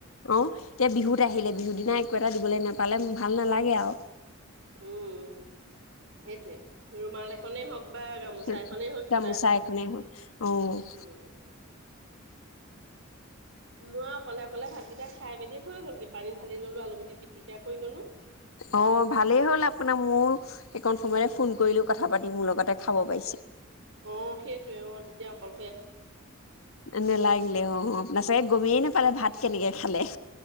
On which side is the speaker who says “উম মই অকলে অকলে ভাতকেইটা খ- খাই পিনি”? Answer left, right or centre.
Right